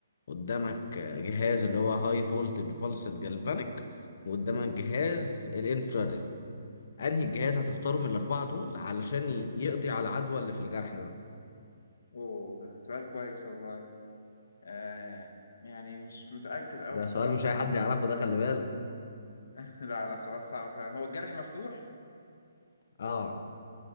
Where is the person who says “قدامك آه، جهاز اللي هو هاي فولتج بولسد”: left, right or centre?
Left